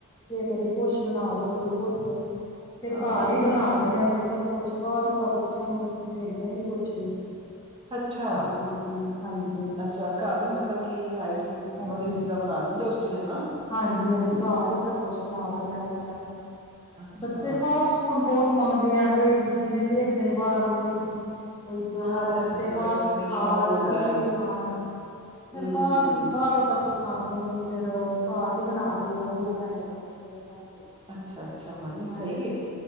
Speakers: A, on the left; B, on the right.
A: ਜੈ ਕਦੀ ਕੁਛ ਬਣਾ ਦੋ ਕਦੀ ਕੁਛ ਫਿਰ
B: ਹਾਂ
A: ਘਰ ਹੀ ਬਣਾ ਦਿੰਦੇ ਹ ਅਸੀ ਸਭ ਕੁਛ ਬਾਹਰੋਂ ਤਾਂ ਬੱਚਿਆਂ ਨੂੰ ਦਿੰਦੇ ਨੀ ਕੁਛ ਵੀ
B: ਅੱਛਾ
A: ਹਾਂਜੀ ਹਾਂਜੀ ਹਾਂਜੀ
B: ਅੱਛਾ ਘਰ ਹੀ ਮਤਲਬ ਕੀ ਹਾਈਜੀਨਿਕ
A: ਹਾਂਜੀ
B: ਵਧੀਆ
A: ਹਾਂਜੀ
B: ਚੀਜ਼ਾਂ ਬਣਾ ਦੇਂਦੇ ਹੋ ਤੁਸੀ ਹਨਾ
A: ਹਾਂਜੀ ਹਾਂਜੀ ਘਰ ਹੀ ਸਭ ਕੁਛ ਬਣਾ ਦਿੰਦੇ ਹ ਬੱਚਿਆਂ ਨੂੰ
B: ਅੱਛਾ
A: ਬੱਚੇ
B: ਹਾਂ
A: ਫਾਸਟ ਫੂਡ ਬਹੁਤ ਮੰਗਦੇ ਆ ਬਈ ਜਿਵੇਂ ਦੇਖਦੇ ਨੇ ਬਾਹਰ ਵੇਈ ਬਈ
B: ਇਹ ਤਾਂ
A: ਬੱਚੇ
B: ਹੈ
A: ਫਾਸਟ
B: ਬੱਚਿਆਂ
A: ਫੂਡ
B: ਨੂੰ
A: ਖਾ
B: ਸ਼ੌਕ
A: ਰਹੇ
B: ਹੁੰਦਾ
A: ਨਾ ਅੱਸੀ
B: ਹੈ
A: ਵੀ ਖਾਣਾ
B: ਹੂੰ
A: ਫਰ ਬਾਹਰ
B: ਹੂੰ।
A: ਬਾਹਰੋਂ ਤਾਂਸੀ ਖਾਂਦੇ ਨੀ ਫੇਰ ਕਾਰ ਹੀ ਬਣਾ ਦਈਦਾ ਜੋ ਕਹਿੰਦੇ ਨੇ ਬੱਚੇ ਹਜੀ ਹ ਹ
B: ਅੱਛਾ ਅੱਛਾ ਹਾਂ ਨਹੀਂ ਸਹੀ ਹੈ